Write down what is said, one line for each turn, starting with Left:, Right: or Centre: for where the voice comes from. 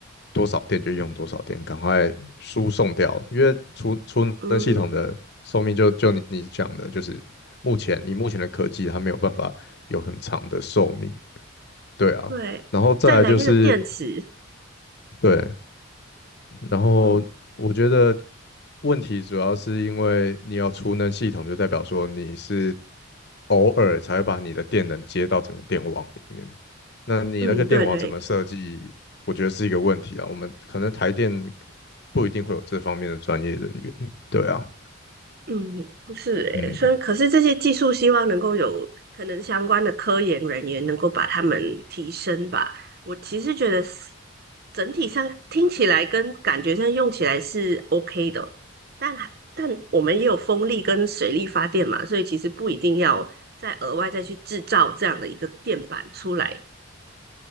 Left: 多少电就用多少电，赶快输送掉，因为储储能系统的寿命就就你你讲的，
Right: 嗯，
Left: 就是目前以目前的科技，它没有办法有很长的寿命，对啊，
Right: 对，
Left: 然后再来就是
Right: 再来那个电池，
Left: 对，然后我觉得。
Right: 嗯
Left: 问题主要是因为你要储能系统，就代表说你是偶尔才会把你的电能接到整个电网里面。那你那个电网怎么设计，
Right: 嗯，对对，
Left: 我觉得是一个问题啊。我们可能台电不一定会有这方面的专业人员。对啊，
Right: 嗯，不是诶，
Left: 嗯，
Right: 所以可是这些技术希望能够有可能相关的科研人员能够把他们提升吧。我其实觉得是整体上听起来跟感觉上用起来是 OK 的，但还但我们也有风力跟水力发电嘛，所以其实不一定要再额外再去制造这样的一个电板出来。